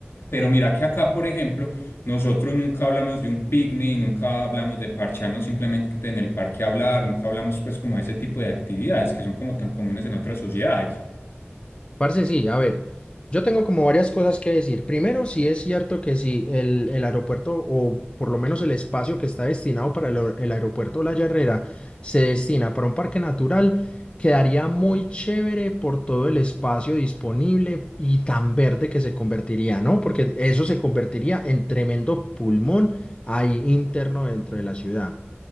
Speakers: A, on the left (about 65°); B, on the left (about 25°).
A: Pero mira que acá, por ejemplo, nosotros nunca hablamos de un picnic, nunca hablamos de parchearnos simplemente en el parque a hablar, nunca hablamos pues como de ese tipo de actividades que son como tan comunes en otras sociedades.
B: Parce, sí, a ver, yo tengo como varias cosas que decir. Primero, sí es cierto que si el, el aeropuerto, o por lo menos el espacio que está destinado para el, aer- el aeropuerto La Herrera, se destina para un parque natural, quedaría muy chévere por todo el espacio disponible y tan verde que se convertiría, ¿no? Porque eso se convertiría en tremendo pulmón ahí interno dentro de la ciudad.